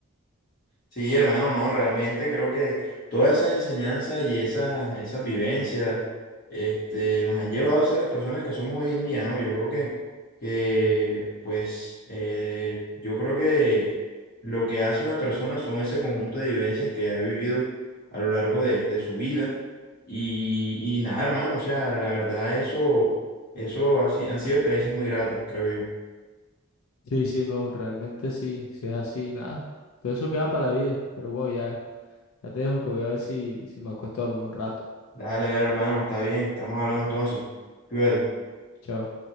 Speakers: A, on the left (about 40°); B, on the left (about 70°).
A: Sí, hermano, no, realmente creo que todas esas enseñanzas y esas, esas vivencias este, nos han llevado a ser las personas que somos hoy en día, ¿no? Yo creo que, que pues, eh, yo creo que lo que hace una persona son ese conjunto de vivencias que ha vivido a lo largo de, de su vida. Y, y nada, hermano, o sea, la verdad, eso, eso ha si- han sido experiencias muy gratas, creo yo.
B: Sí, sí, no, realmente sí, si es así, nada. Todo eso queda para la vida, pero bueno, ya. Ya te dejo que voy a ver si, si me acuesto a dormir un rato.
A: Dale, dale, hermano, está bien, estamos hablando entonces. Cuídate.
B: Chao.